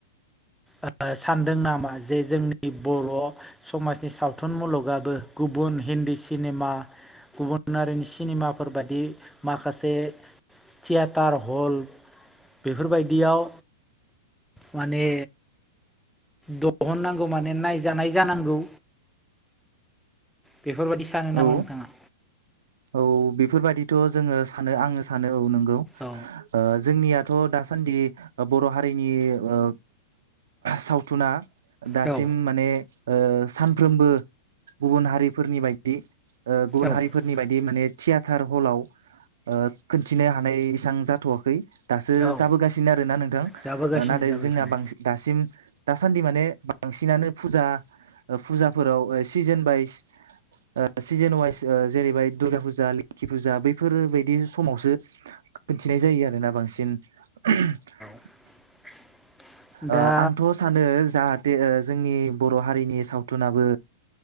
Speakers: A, in the centre; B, on the right.
A: औ सानदों नामा जे जोंनि बर' समाजनि सावथुन मुलुगाबो गुबुन दी सिनेमा गुबुन हारिनि सिनेमाफोर बायदि माखासे थियेटार हल बेफोरबायदियाव माने दिहुननांगौ माने नायजानाय जानांगौ बेफोरबायदि सानो नामा
B: औ
A: नोंथाङा?
B: औ बेफोरबायाददिथ' जोङो सानो आङो सानो औ नंगौ
A: औ
B: ओ जोंनियाथ' दासान्दि ओ बर' हारिनि ओ सावथुना दासिम
A: औ
B: माने ओ सानफ्रोमबो गुबुन हारिफोरनि बायदि ओ गुबुन
A: औ
B: हारिफोरनि बायदि माने थियाेटार हलाव ओ खिन्थिनो हानाय बेसबां जाथ'वाखै दासो
A: औ
B: जाबोगासिनो आरोना नोंथां
A: जाबोगासिनो
B: ओ नाथाय
A: जाबोगासिनो
B: जोंना बांसिन दासिम दासान्दि माने बांसिनानो फुजा फुजाफोराव सिजोन वाइस ओ सिजेन वाइस जेरैबाय दुर्गा फुजा लोखि फुजा बैफोर बायदि समावसो खोनथिनाय जायो आरोना बांसिन <unintelligible>
A: <inaudible> दा
B: ओ आंथ' सानो जाहाथ जोंनि बर' हारिनि सावथुनाबो